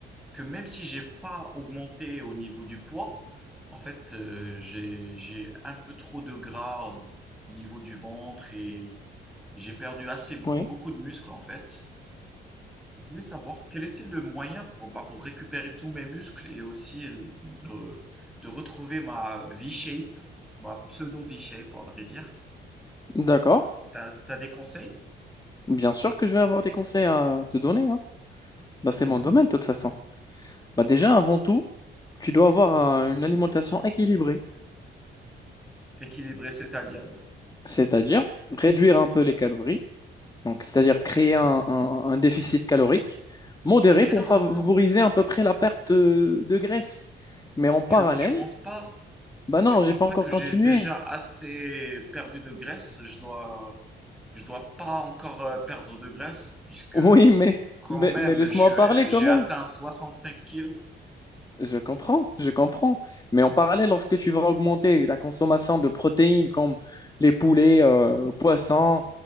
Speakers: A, in the centre; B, on the left.
A: que même si j'ai pas augmenté au niveau du poids, en fait, euh, j'ai, j'ai un peu trop de gras euh, au niveau du ventre et j'ai perdu assez
B: Oui,
A: beaucoup de muscles en fait. Et Je voulais savoir quel était le moyen pour, bah, pour récupérer tous mes muscles et aussi de, de retrouver ma V-shape, ma pseudo V-shape, à vrai dire.
B: d'accord.
A: T'as, t'as des conseils?
B: Bien sûr que je vais avoir des conseils à te donner, hein. Bah, c'est
A: Mhm.
B: mon domaine, de toute façon. Bah, déjà, avant tout, tu dois avoir euh, une alimentation équilibrée,
A: Équilibré, c'est-à-dire.
B: c'est-à-dire réduire un peu les calories Donc, c'est-à-dire créer un, un- un déficit calorique modéré
A: Mais
B: pour
A: non,
B: favoriser
A: non, non.
B: à peu près la perte de, de graisse. Mais en parallèle,
A: Tu, tu penses pas,
B: bah non,
A: tu penses
B: j'ai pas
A: pas
B: encore
A: que j'ai
B: continué.
A: déjà
B: <laughs>
A: assez perdu de graisse? Je dois, je dois pas encore euh, perdre de graisse puisque
B: Oui, mais,
A: quand
B: mais,
A: même,
B: mais laisse-moi
A: je
B: parler
A: suis-
B: quand
A: j'ai
B: même.
A: atteint 65 kilos.
B: Je comprends, je comprends. Mais en parallèle, lorsque tu vas augmenter la consommation de protéines comme les poulets, euh, poissons,